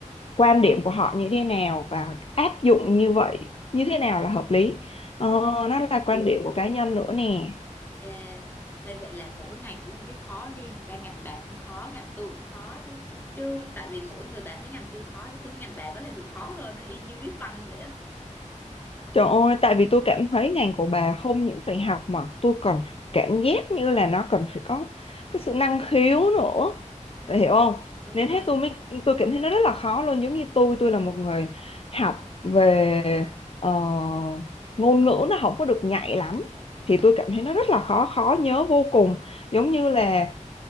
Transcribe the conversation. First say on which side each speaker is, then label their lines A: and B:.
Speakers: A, on the left; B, on the left.
A: quan điểm của họ như thế nào và áp dụng như vậy như thế nào là hợp lý ờ, nó là quan điểm của cá nhân nữa nè
B: ok Ê, vậy là mỗi ngành cũng có một cái khó riêng thật ra ngành bà cũng khó ngành tôi cũng khó chứ chứ tại vì mỗi người bà thấy ngành tôi khó chứ tôi thấy ngành bà có thể còn khó hơn nó y như viết văn vậy á
A: Trời ơi, tại vì tôi cảm thấy ngành của bà không những phải học mà tôi còn cảm giác như là nó cần phải có cái sự năng khiếu nữa.
B: Ừ,
A: Bà hiểu không?
B: đúng
A: Nên
B: rồi.
A: hết tôi mới tôi cảm thấy nó rất là khó luôn, giống như tôi tôi là một người học về ờ, ngôn ngữ nó không có được nhạy lắm. Thì tôi cảm thấy nó rất là khó khó nhớ vô cùng, giống như là